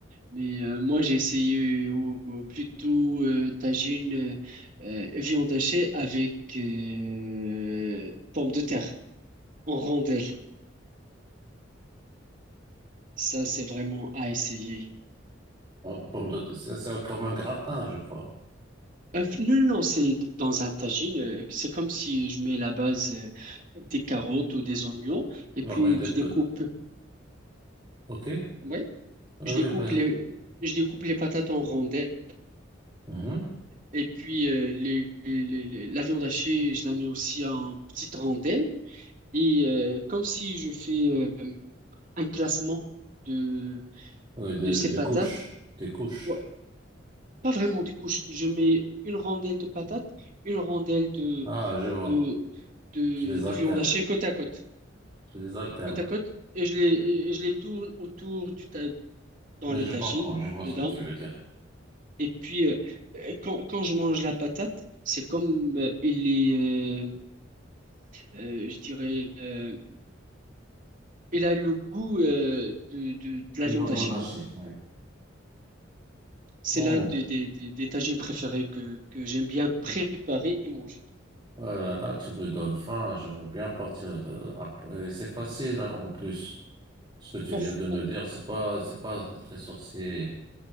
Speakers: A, on the right; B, on the right.
A: Mais euh, moi, j'ai essayé au- au- plutôt euh, tagine euh, euh, viande hachée avec euh, pommes de terre en rondelles. Ça, c'est vraiment à essayer.
B: en pomme de terre, c'est c'est comme un gratin, je crois.
A: Euh, non, non, non, c'est d- dans un tagine. euh, c'est comme si je mets la base euh, des carottes ou des oignons et
B: Tu
A: puis
B: vas mettre des
A: je
B: peu,
A: découpe.
B: ok? Oui,
A: Oui,
B: oui,
A: je découpe
B: oui.
A: les, je découpe les patates en rondelles.
B: Mhm.
A: Et puis, euh, les- les- les- la viande hachée, je la mets aussi en petites rondelles. Et euh, comme si je fais euh, un classement de,
B: Oui, de,
A: de ces
B: de
A: patates,
B: couches, des couches.
A: Ouais, pas vraiment du coup, je, je mets une rondelle de patates, une rondelle de,
B: Ah, je vois.
A: de, de,
B: Tu les
A: de
B: alternes,
A: viande hachée côte à côte,
B: tu les alternes.
A: côte à côte, et je les, et je les tourne autour du ta- dans
B: Oui,
A: le
B: je
A: tagine,
B: comprends, je vois
A: dedans.
B: ce que tu veux dire.
A: Et puis, euh, euh, quand, quand je mange la patate, c'est comme euh, il est, euh, euh, je dirais, euh, il a le goût euh, de, de, de la
B: De
A: viande
B: la viande
A: hachée.
B: hachée, ouais.
A: C'est
B: Ouais.
A: l'un des, des, des, des tagines préférés que, que j'aime bien préparer et manger.
B: Voilà, là, tu me donnes faim, j'aimerais bien partir. euh, après. C'est facile, hein, en plus. Ce que tu
A: Bon,
B: viens de me
A: on-
B: dire, c'est pas, c'est pas très sorcier.